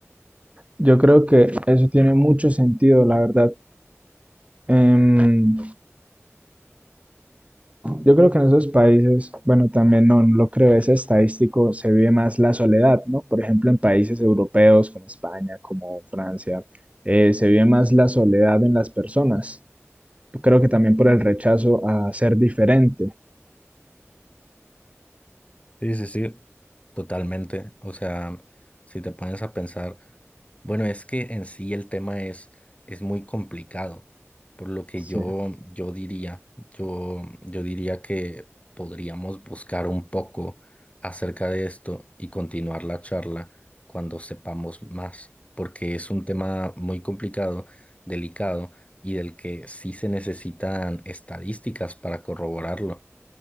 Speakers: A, on the right; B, on the left.
A: Yo creo que eso tiene mucho sentido, la verdad. Em, yo creo que en esos países, bueno, también no, no lo creo, es estadístico, se vive más la soledad, ¿no? Por ejemplo, en países europeos como España, como Francia, eh, se vive más la soledad en las personas. Creo que también por el rechazo a ser diferente.
B: Sí, sí, sí, totalmente. O sea, si te pones a pensar, bueno, es que en sí el tema es, es muy complicado, por lo que
A: Sí.
B: yo, yo diría, yo, yo diría que podríamos buscar un poco acerca de esto y continuar la charla cuando sepamos más, porque es un tema muy complicado, delicado y del que sí se necesitan estadísticas para corroborarlo.